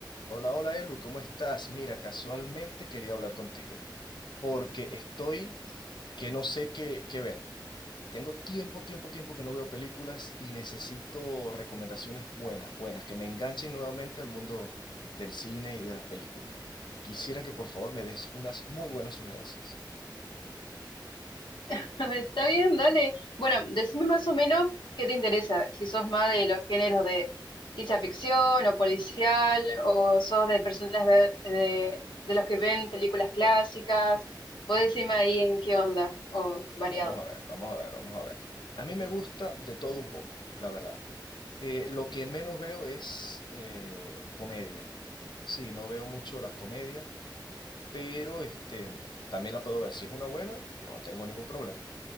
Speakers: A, on the left; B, on the left.
A: Hola, hola Elu, ¿cómo estás? Mira, casualmente quería hablar contigo porque estoy que no sé qué, qué ver. Tengo tiempo, tiempo, tiempo que no veo películas y necesito recomendaciones buenas, buenas, que me enganchen nuevamente al mundo del cine y de las películas. Quisiera que por favor me des unas muy buenas sugerencias.
B: <laughs> Está bien, dale. Bueno, decime más o menos qué te interesa, si sos más de los géneros de ciencia ficción o policial, o sos de personas ver- de, de los que ven películas clásicas. Vos
A: Mm.
B: decime ahí en qué onda, o variado.
A: Vamos a ver, vamos a ver, vamos a ver. A mí me gusta de todo un poco, la verdad. Eh, lo que menos veo es eh, comedia. Sí, no veo mucho las comedias. pero este, también la puedo ver. Si es una buena, no tengo ningún problema.